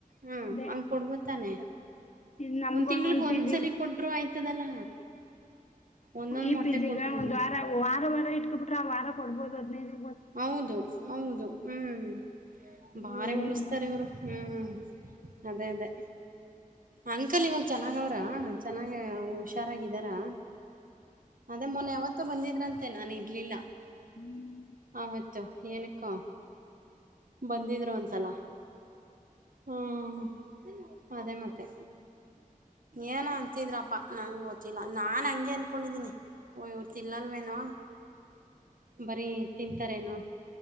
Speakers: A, on the right; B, on the left.
A: ಹಾ
B: ಅದೇ
A: ಹಂಗೆ ಕೊಡ್ಬೋತಾನೆ
B: ಇದ್ ನಮ್ಗ
A: ಒಂದ್ ತಿಂಗಳಗ್ ಒಂದ್ಸಲಿ
B: ಗ
A: ಕೊಟ್ರು ಆಯ್ತದಲ್ಲ ಒಂದೊಂದ್
B: ಈ
A: ಮೊಟ್ಟೆ
B: ಪಿಜಿ
A: ಕೊಟ್ರುನು
B: ಗ ಒಂದ್ ವಾರ ವಾರ ವಾರ ಇಟ್ಕ ಬಿಟ್ರೆ ಆ ವಾರ ಕೊಡ್ಬೋದು ಹದ್ನೈದು
A: ಹೌದು ಹೌದು ಹ್ಮ್ ಬಾರೆ
B: ಇವ್ರೇನು
A: ಉಳಿಸತಾರೆ ಇವ್ರು ಹ್ಮ್ ಅದೇ ಅದೇ ಅಂಕಲ್ ಇವಾಗ ಚೆನ್ನಾಗ ಅವ್ರ ಚೆನ್ನಾಗ ಹುಷಾರಾಗಿದಾರಾ ಅದೇ ಮೊನ್ನೆ ಯಾವತ್ತೂ ಬಂದಿದ್ರಂತೆ ನಾನು ಇರ್ಲಿಲ್ಲ
B: ಹ್ಮ್
A: ಆವತ್ತು ಏನಕ್ಕೊ ಬಂದಿದ್ರು ಅಂತಲ ಹ್ಮ ಅದೇ ಮತ್ತೆ ಏನೋ ಆನ್ತಿದ್ರಪ್ಪಾ ನಂಗ್ ಗೊತ್ತಿಲ್ಲ ನಾನ್ ಹಂಗೆ ಅನ್ಕೊಂಡಿದೀನಿ ಓ ಇವ್ರು ತಿನ್ನಲ್ವೇನೂ ಬರಿ ತಿಂತಾರೇನೋ